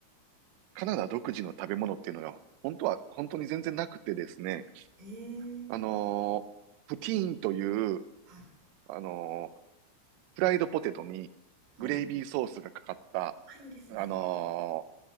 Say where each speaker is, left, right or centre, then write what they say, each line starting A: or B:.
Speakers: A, on the right; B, on the right.
A: カナダ独自の食べ物っていうのが、本当は、本当に全然なくてですね、
B: えー、
A: あのープティーンという、
B: はい。
A: あのーフライドポテトにグレイビーソースがかかった、
B: うん。あ、いいですね。
A: あの